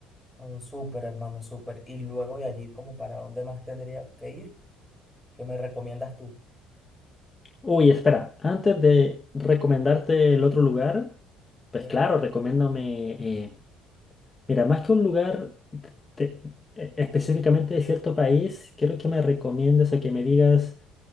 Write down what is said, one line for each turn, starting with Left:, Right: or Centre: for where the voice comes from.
Centre: oh, súper, hermano, súper. Y luego de allí, como para dónde más tendría que ir. ¿Qué me recomiendas tú?
Left: Uy, espera, antes de recomendarte el otro lugar,
Centre: ¿ok?
Left: pues claro, recomiéndame eh, Mira, más que un lugar te- e- específicamente de cierto país, quiero que me recomiendes o que me digas